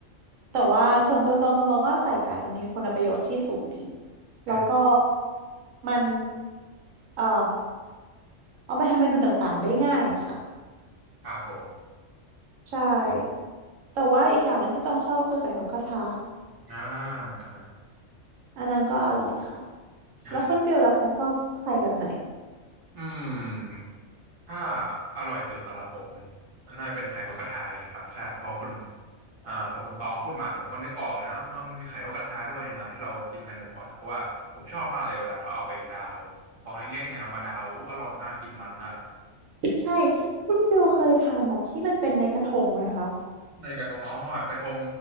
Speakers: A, on the right (about 85°); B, on the right (about 30°).
A: แต่ว่าส่วนตัวตองตองมองว่าไข่ไก่มันมีคุณประโยชน์ที่สูงดี
B: อืม
A: แล้วก็มันเอ่อเอาไปทำเมนูต่างๆได้ง่ายค่ะ
B: ครับผม
A: ใช่แต่ว่าอีกอย่างหนึ่งที่ต้องชอบก็คือไข่นกกระทา
B: อ่าอ่า
A: อันนั้นก็อร่อยค่ะ
B: ใช่
A: แล้วคุณฟิลล่ะคะชอบไข่แบบไหน
B: อืมถ้าอร่อยสุดสำหรับผมน่าจะเป็นไข่นกกระทาเลยแหละครับใช่พอคุณอ่าพอคุณตองพูดมาเนี่ยผมก็นึกออกเลยนะว่ามันมีไข่นกกระทาด้วยเนี่ยนะที่เรากินกันบ่อยๆเพราะว่าผมชอบมากเลยเวลาเขาเอาไปดาวฟองเล็กๆเนี่ยเอามาดาวอู้อร่อยมากกินมันมาก
A: ใช่ คุณฟิลเคยทานแบบที่มันเป็นในกระทงไหมคะ
B: ในกระทงอ๋อแบบกระทง